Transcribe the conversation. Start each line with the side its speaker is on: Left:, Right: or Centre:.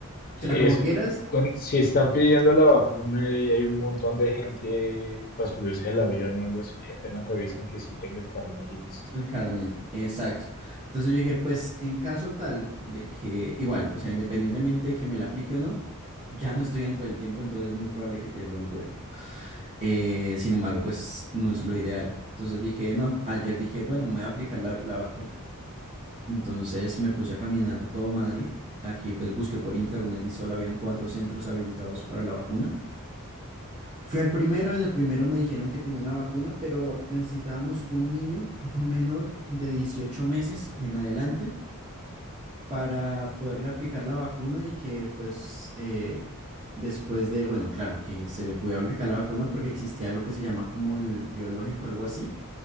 Left: Sí,
Right: O sea,
Left: eso,
Right: como quieras,
Left: cuan- si están pidiendo la vacuna y hay un montón de gente para subirse al avión o algo así, apenas revisan que sí tenga el carnet y listo.
Right: el carne, exacto. Entonces yo dije, pues en caso tal de que, igual, o sea, independientemente de que me la aplique o no, ya no estoy dentro del tiempo, entonces es muy probable que pierda el vuelo. Eh, sin embargo, pues no es lo ideal. Entonces dije, no, ayer dije, bueno, me voy a aplicar la, la vacuna. Entonces me puse a caminar todo Madrid. Aquí pues busqué por internet y solo habían cuatro centros habilitados para la vacuna. Fui al primero, en el primero me dijeron que tenían la vacuna, pero necesitábamos un niño, <laughs> un menor de 18 meses en adelante para poderle aplicar la vacuna y que pues eh, después de, bueno, claro, que se le pudiera aplicar la vacuna porque existía lo que se llama como el biológico, algo así,